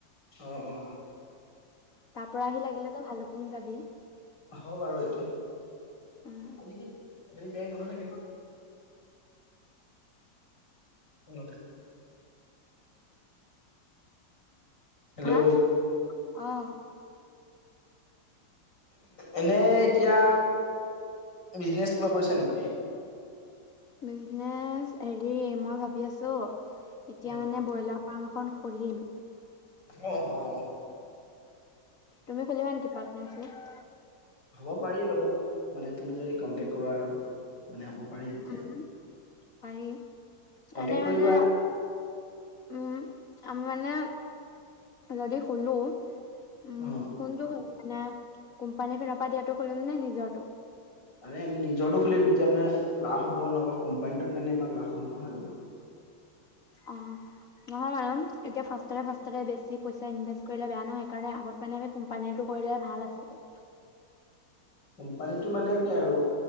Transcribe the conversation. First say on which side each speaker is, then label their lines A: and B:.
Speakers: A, on the left; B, on the left.
A: অহ-অহ
B: তাৰ পৰা আহি লাগিলে আকৌ ভালুকপুং যাবি।
A: হ'ব বাৰু এইটো,
B: উম
A: আজি কি হেৰি বেংক বন্ধ থাকে ন? অ, টো হেল্ল'
B: হা, অহ
A: এনে এতিয়া বিজনেছ কিবা কৰিছা নেকি? উ <unintelligible>
B: বিজনেছ হেৰি, মই ভাবি আছোঁ এতিয়া
A: অ
B: মানে ব্ৰইলাৰ ফাৰ্ম এখন খুলিম।
A: অ অ
B: তুমি খুলিবা নেকি পাৰ্টনাৰশ্বিপ?
A: হ'ব পাৰি বাৰু, মানে তুমি যদি কন্টেক কৰা আৰু, মানে হ'ব পাৰি তেতিয়া।
B: উম পাৰি,
A: কন্টেক্ট
B: এনে
A: কৰিবা
B: মানে উম, আমি মানে যদি খোলো উম,
A: অ
B: কোনটো মানে কোম্পানীৰ ফালৰ পৰা দিয়াটো কৰিম নে, নিজৰটো?
A: মানে আমি নিজৰতো খুলিম, এতিয়া মানে লাভ হ'ব। নহ'বা কোম্পানীটোত মানে ইমান লাভ নহয় আৰু।
B: অ নহয় মানে, এতিয়া ফাষ্টতে-ফাষ্টতে বেছি পইচা ইনভেষ্ট কৰিলে বেয়া নহয়, সেইকাৰণে আগত মানে আমি কোম্পানীটোৰ কৰিলে ভাল আছিলে।
A: কোম্পানীটো মানে কি আৰু